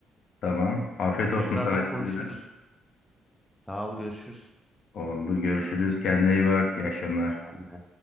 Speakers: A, on the left; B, in the centre.
A: Tamam. Afiyet olsun
B: Tekrardan
A: sana
B: konuşuruz.
A: şimdiden.
B: Sağ ol görüşürüz.
A: Oldu. Görüşürüz. Kendine iyi bak. İyi akşamlar.
B: Sen de.